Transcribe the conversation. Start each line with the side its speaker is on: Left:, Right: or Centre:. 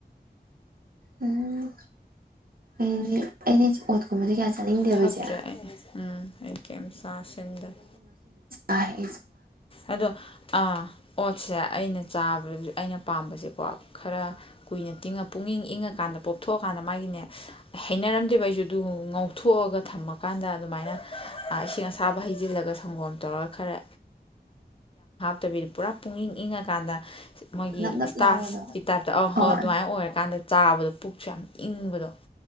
Right: ꯎꯝ ꯑꯩꯗꯤ ꯑꯩꯗꯤ ꯑꯣꯠ ꯀꯨꯝꯕꯗꯤ ꯀꯌꯥ ꯆꯥꯅꯤꯡꯗꯦꯕ
Left: ꯊꯛꯇ꯭ꯔꯦ
Right: ꯏꯆꯦ
Left: ꯑꯩ ꯎꯝ ꯑꯩꯀꯦꯝ ꯆꯥꯁꯤꯟꯗ꯭ꯔꯦ ꯫
Right: ꯍꯥꯏ꯫
Left: ꯑꯗꯣ ꯑ ꯑꯣꯠ ꯁꯦ ꯑꯩꯅ ꯆꯥꯕꯖ ꯑꯩꯅ ꯄꯥꯝꯕꯁꯦꯀꯣ ꯈꯔ ꯀꯨꯏꯅ ꯇꯤꯡꯉ ꯄꯨꯨꯡ ꯏꯪ ꯏꯪꯉꯀꯥꯟꯗ ꯄꯣꯞꯊꯣꯛꯑꯀꯥꯟꯗ ꯃꯥꯒꯤꯅꯦ ꯍꯩꯅꯔꯝꯗꯦꯕ ꯑꯩꯁꯨ꯫ ꯑꯗꯨ ꯉꯧꯊꯣꯛꯑꯒ ꯊꯝꯃꯀꯥꯟꯗ ꯑꯗꯨꯃꯥꯏꯅ ꯑꯥ ꯏꯁꯤꯡ ꯑꯁꯥꯕ ꯍꯩꯖꯤꯜꯂꯒ ꯁꯪꯒꯣꯝ ꯇꯧꯔꯒ ꯈꯔ ꯅꯠꯇꯕꯤꯗꯨ ꯄꯨꯔꯥ ꯄꯨꯛ ꯏꯪ ꯏꯪꯉꯀꯥꯟꯗ ꯃꯣꯏꯒꯤ
Right: ꯅꯞ ꯅꯞ
Left: ꯏ꯭ꯁꯇꯥꯁꯀꯤ
Right: ꯂꯥꯎꯕꯗꯣ
Left: ꯇꯥꯏꯞꯇ ꯑꯧ
Right: ꯍꯣꯏ
Left: ꯍꯣ ꯑꯗꯨꯃꯥꯏꯅ ꯑꯣꯏꯔꯀꯥꯟꯗ ꯆꯥꯕꯗ ꯄꯨꯛꯁꯦ ꯌꯥꯝ ꯏꯪꯕꯗꯣ꯫